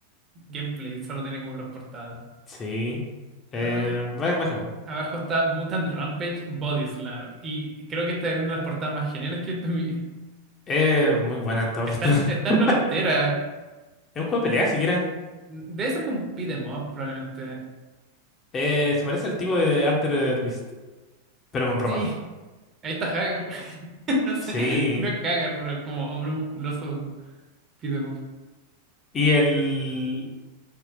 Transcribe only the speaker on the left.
Sí. Eh,
baj- bajemos.
es muy buena esta
oportunidad.
<laughs>
Es un juego de pelea siquiera.
Eh, se parece al tipo de Altered Beast, pero con ropa.
Sí.
Y el,